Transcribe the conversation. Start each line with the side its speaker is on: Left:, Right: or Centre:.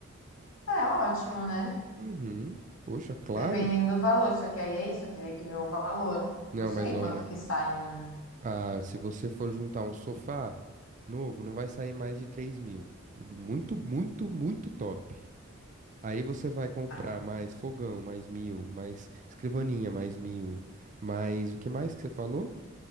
Left: É ótimo, né?
Right: Uhum. Poxa, claro.
Left: Dependendo do valor, só que aí é isso, eu teria que ver o valor.
Right: Não,
Left: Não sei
Right: mas olha,
Left: quanto que sai um,
Right: ah, se você for juntar um sofá novo, não vai sair mais de três mil. Muito, muito, muito top. Aí você vai comprar
Left: ah,
Right: mais fogão, mais mil, mais escrivaninha, mais mil, mais o que mais que você falou?